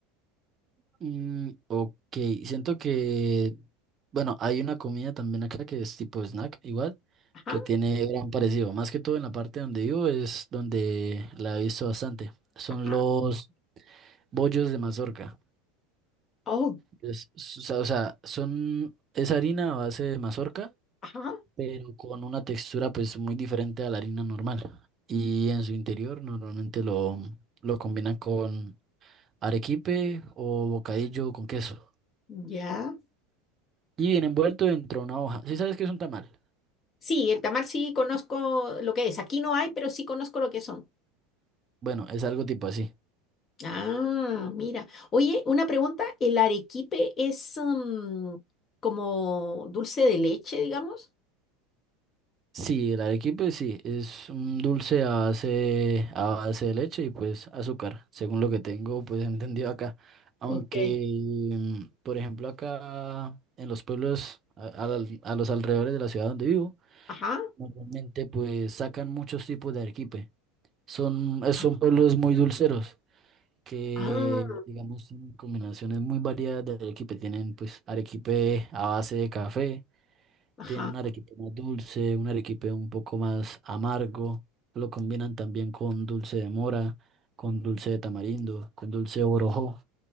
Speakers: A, on the right (about 35°); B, on the left (about 35°).
A: Mm, ok, siento que, bueno, hay una comida también acá que es tipo snack, igual,
B: Ajá,
A: que tiene gran parecido. Más que todo en la parte donde vivo es donde la he visto bastante. Son
B: ajá.
A: los bollos de mazorca.
B: Oh,
A: Es- o sea, o sea, son, es harina a base de mazorca,
B: ajá,
A: pero con una textura pues muy diferente a la harina normal. Y en su interior normalmente lo, lo combinan con arequipe o bocadillo con queso.
B: ya.
A: y viene envuelto dentro de una hoja. ¿Sí sabes qué es un tamal?
B: Sí, el tamal sí conozco lo que es. Aquí no hay, pero sí conozco lo que son.
A: Bueno, es algo tipo así.
B: Ah, mira. Oye, una pregunta, ¿el arequipe es mm, como dulce de leche, digamos?
A: Sí, el arequipe sí, es un dulce a base, a base de leche y pues azúcar, según lo que tengo pues <laughs> entendido acá. Aunque,
B: Ok.
A: mm, por ejemplo, acá en los pueblos, a, a al- a los alrededores de la ciudad donde vivo,
B: Ajá.
A: normalmente pues sacan muchos tipos de arequipe. Son, eh, son
B: Ah,
A: pueblos muy dulceros. que
B: ah,
A: digamos tienen combinaciones muy variadas de arequipe. Tienen pues arequipe a base de café,
B: ajá.
A: tienen un arequipe más dulce, un arequipe un poco más amargo. Lo combinan también con dulce de mora, con dulce de tamarindo, con dulce de borojó.